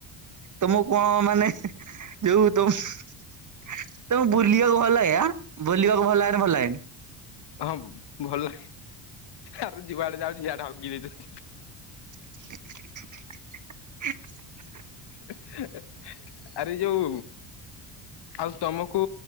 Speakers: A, on the right; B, on the left.
A: ତମ କଣ ମାନେ ଯୋଉ ତମ ତମ ବୁଲିବାକୁ ଭଲ ହେଇ ଆ ବୁଲିବାକୁ ଭଲ ଲାଗେନି ଭଲ ହେଗେନି
B: ହଁ ଭଲ ଆ ଯୁଆଡେ ଯାଉଛି ଯଆଡେ ହଗି ଦେଇଛନ୍ତି
A: <inaudible>
B: ଆ <unintelligible> ଯୋଉ ଆଉ ତମକୁ